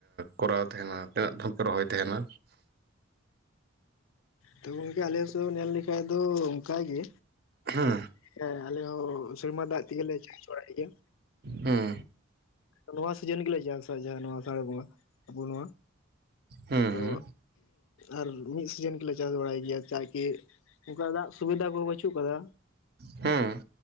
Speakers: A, on the right; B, on the left.
A: ᱠᱚᱨᱟᱣ ᱛᱟᱦᱮᱱᱟ ᱛᱤᱱᱟᱹᱜ ᱫᱚ ᱨᱚᱦᱚᱭ ᱛᱟᱦᱮᱱᱟ
B: ᱛᱚ ᱜᱚᱝᱠᱮ ᱟᱞᱮᱥᱮᱫ ᱧᱮᱞ ᱞᱮᱠᱷᱟᱡ ᱫᱚ ᱚᱱᱠᱟ ᱜᱮ
A: ᱦᱮᱸ
B: ᱦᱮᱸ ᱟᱞᱮ ᱦᱚᱸ ᱥᱮᱨᱢᱟ ᱫᱟᱜ ᱛᱮᱜᱮᱞᱮ ᱪᱟᱥ ᱵᱟᱲᱟᱭ ᱜᱮᱭᱟ
A: ᱦᱩᱸ
B: ᱱᱚᱣᱟ ᱥᱤᱡᱤᱱ ᱜᱮᱞᱮ <unintelligible> ᱱᱚᱣᱟ ᱟᱥᱟᱲ ᱵᱚᱸᱜᱟ ᱟᱵᱚ ᱱᱚᱣᱟ
A: ᱦᱩᱸ
B: ᱛᱚ
A: ᱦᱩᱸ
B: ᱟᱨ ᱢᱤᱫ ᱥᱤᱡᱮᱱ ᱜᱮᱞᱮ ᱪᱟᱥ ᱵᱟᱲᱟᱭ ᱜᱮᱭᱟ ᱪᱟᱜ ᱠᱤ ᱚᱱᱠᱟ ᱫᱟᱜ ᱥᱩᱵᱤᱫᱷᱟ ᱠᱚᱦᱚᱸ ᱵᱟᱹᱪᱩᱜ ᱟᱠᱟᱫᱟ
A: ᱦᱮᱸ